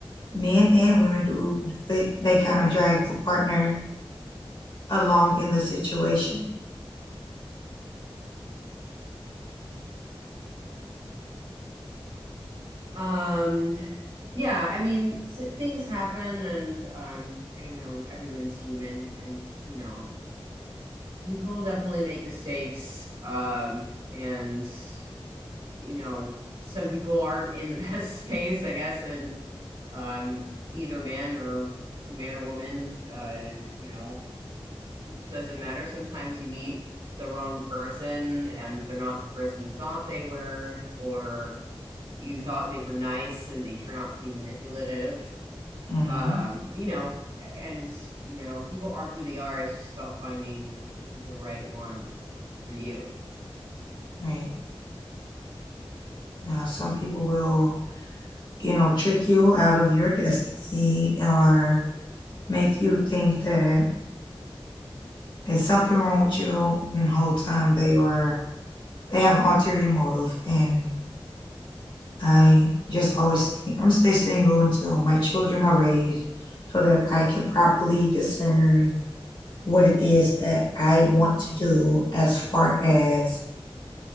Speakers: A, on the left (about 50°); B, on the right (about 70°).
A: men and women do do it. They kind of drag the partner along in the situation
B: um yeah i mean things happen and um i know everyone's human and you know people definitely make mistakes um and you know some people aren't in the <laughs> best space i guess and um either man or man or woman uh you know doesn't matter sometimes you meet the wrong person and they're not the person you thought they were or you thought they were nice and they turn out to be manipulative
A: Mm-hmm.
B: um you know and you know people are who they are it's just about finding the right one for you
A: Right. Now, some people will, you know, trick you out of your destiny or make you think that there's something wrong with you, and the whole time they are they have an ulterior motive, and I just always say, I'm gonna stay single until my children are raised so that I can properly discern what it is that I want to do as far as